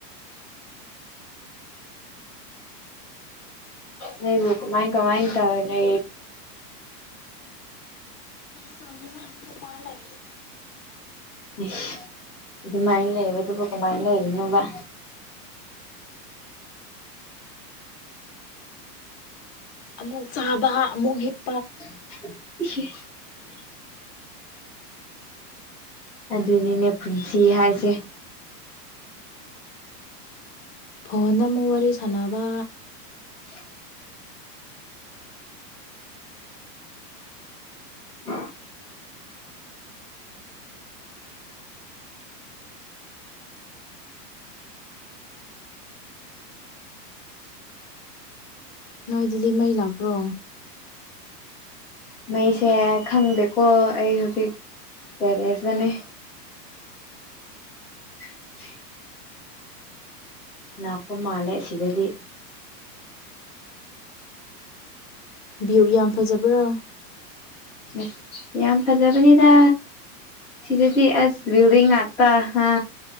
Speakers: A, in the centre; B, on the left.
A: ꯅꯕꯨ ꯀꯃꯥꯏ ꯀꯃ ꯇꯅ
B: ꯁ ꯂꯅ <unintelligible>
A: ꯏꯁ ꯑꯗꯨꯃꯥꯏꯅ ꯂꯩꯌꯦꯕ ꯑꯗꯨꯕꯨ ꯀꯃꯥꯏꯅ ꯂꯩꯔꯤꯅꯣꯕ
B: ꯑꯃꯨꯛ ꯆꯥꯕ ꯑꯃꯨꯛ ꯍꯤꯞ
A: <unintelligible> ꯑꯗꯨꯅꯤꯅꯦ ꯄꯨꯟꯁꯤ ꯍꯥꯏꯁꯦ
B: ꯐꯣꯟꯗ ꯑꯃꯨꯛ ꯋꯥꯔꯤ ꯁꯥꯟꯅꯕ
A: <unintelligible> <unintelligible> <unintelligible> <unintelligible>
B: ꯅꯣꯏꯗꯗꯤ ꯃꯩ ꯂꯥꯛꯄ꯭ꯔꯣ
A: ꯃꯩꯁꯦ ꯈꯪꯗꯦꯀꯣ ꯑꯩ ꯍꯧꯖꯤꯛ ꯇꯦꯔꯦꯁꯇꯅꯦ <unintelligible> <unintelligible> ꯂꯥꯛꯄ ꯃꯥꯜꯂꯦ ꯑꯁꯤꯗꯗꯤ
B: ꯚ꯭ꯌꯨ ꯌꯥꯝ ꯐꯖꯕ꯭ꯔꯣ
A: ꯑꯁ ꯌꯥꯝ ꯐꯖꯕꯅꯤꯗ ꯁꯤꯗꯗꯤ ꯑꯁ ꯕꯤꯜꯗꯤꯡ ꯉꯥꯛꯇꯥ ꯍꯥ